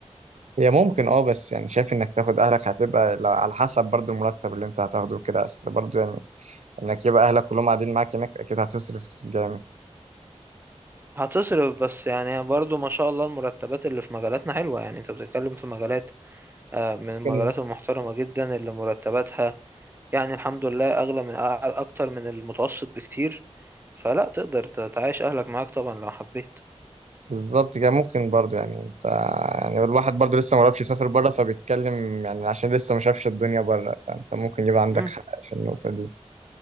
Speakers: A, on the right; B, on the right.
A: هي ممكن اه بس يعني شايف انك تاخد اهلك هتبقى لا- على حسب برضو المرتب اللي انت هتاخده كده اصل برضو يعني انك يبقى اهلك كلهم قاعدين معاك هناك اكيد هتصرف جامد
B: هتصرف بس يعني برضو ما شاء الله المرتبات اللي في مجالاتنا حلوه يعني انت بتتكلم في مجالات آه من المجالات
A: ممكن
B: المحترمه جدا اللي مرتباتها يعني الحمد لله اغلى من اكتر من المتوسط بكتير فلا تقدر تعيش اهلك معاك طبعا لو حبيت
A: بالظبط كده ممكن برضو يعني انت يعني الواحد برضو لسه مجربش يسافر بره فبيتكلم يعني عشان لسه ما شافش الدنيا بره فانت ممكن يبقى عندك
B: مم.
A: حق في النقطة دي